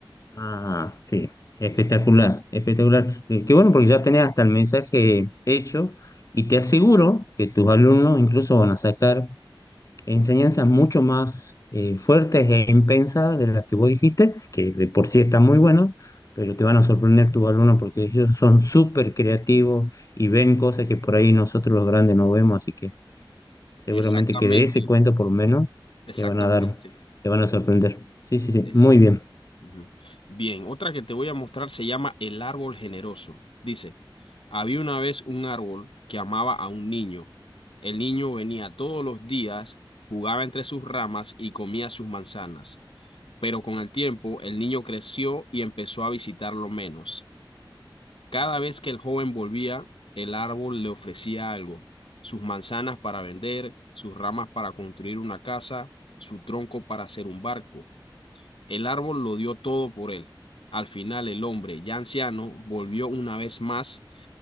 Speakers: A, on the left; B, on the left.
A: Ah, sí,
B: Sí,
A: espectacular,
B: sí, sí.
A: espectacular. Eh, Qué bueno porque ya tenés hasta el mensaje hecho y te aseguro que tus alumnos incluso van a sacar enseñanzas mucho más eh, fuertes e impensadas de las que vos dijiste, que de por sí están muy buenas. pero te van a sorprender tus alumnos porque ellos son súper creativos y ven cosas que por ahí nosotros los grandes no vemos, así que Seguramente
B: Exactamente,
A: que de ese cuento por lo menos
B: exactamente.
A: te van a dar, te van a sorprender. Sí, sí, sí,
B: Exactamente.
A: muy bien.
B: Ujú. Bien, otra que te voy a mostrar se llama El árbol generoso. Dice, había una vez un árbol que amaba a un niño. El niño venía todos los días, jugaba entre sus ramas y comía sus manzanas. Pero con el tiempo el niño creció y empezó a visitarlo menos. Cada vez que el joven volvía, el árbol le ofrecía algo. Sus manzanas para vender, sus ramas para construir una casa, su tronco para hacer un barco. El árbol lo dio todo por él. Al final el hombre, ya anciano, volvió una vez más.